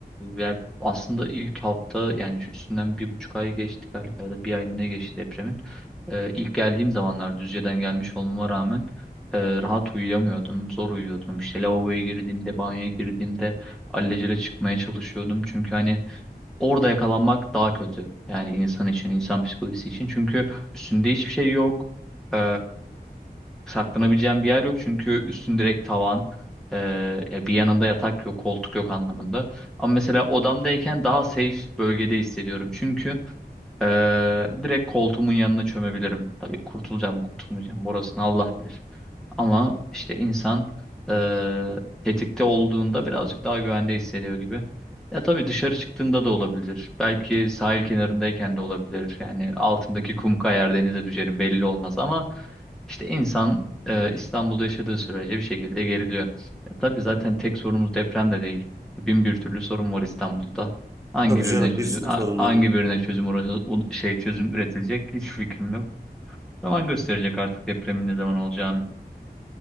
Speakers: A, in the centre; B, on the right (about 20°).
A: yani aslında ilk hafta yani şu üstünden bir buçuk ay geçti galiba ya da bir ay mı ne geçti depremin. E, ilk geldiğim zamanlar Düzce'den gelmiş olmama rağmen e, rahat uyuyamıyordum. Zor uyuyordum. İşte lavaboya girdiğimde, banyoya girdiğimde alelacele çıkmaya çalışıyordum. Çünkü hani Orada yakalanmak daha kötü. Yani insan için, insan psikolojisi için. Çünkü üstünde hiçbir şey yok. Ee, saklanabileceğin bir yer yok. Çünkü üstün direkt tavan. Ee, ya bir yanında yatak yok, koltuk yok anlamında. Ama mesela odamdayken daha safe bölgede hissediyorum. Çünkü ee, direkt koltuğumun yanına çömebilirim. Tabii kurtulacağım mı kurtulmayacağım mı orasını Allah bilir. Ama işte insan ee, tetikte olduğunda birazcık daha güvende hissediyor gibi. Ya tabii dışarı çıktığında da olabilir. Belki sahil kenarındayken de olabilir. Yani altındaki kum kayar denize düşerim belli olmaz ama işte insan ee, İstanbul'da yaşadığı sürece bir şekilde geriliyor. Ya tabii zaten tek sorunumuz deprem de değil. Bin bir türlü sorun var İstanbul'da. Hangi
B: Tabii
A: birine
B: canım
A: çözüm
B: bir sürü
A: a-
B: sorun
A: hangi
B: var ya.
A: birine çözüm uğra- u- şey çözüm üretilecek hiç fikrim yok. Zaman gösterecek artık depremin ne zaman olacağını.